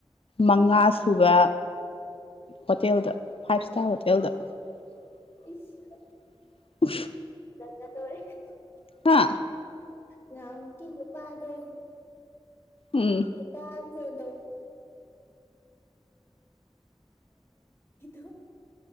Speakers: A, on the left (about 70°); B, on the left (about 25°).
A: ꯃꯉꯥ ꯁꯨꯕ ꯍꯣꯇꯦꯜꯗ ꯐꯥꯏꯚ ꯏꯁꯇꯥꫪ ꯍꯣꯇꯦꯜꯗ <unintelligible>
B: ꯏꯁ <unintelligible>
A: ꯍꯥ
B: ꯅꯍꯥꯃꯨꯛꯀꯤ ꯅꯨꯄꯥꯗꫭ
A: ꯎꯝ
B: ꯅꯨꯄꯥꯝ ꯐꯣꯟ <unintelligible> <unintelligible>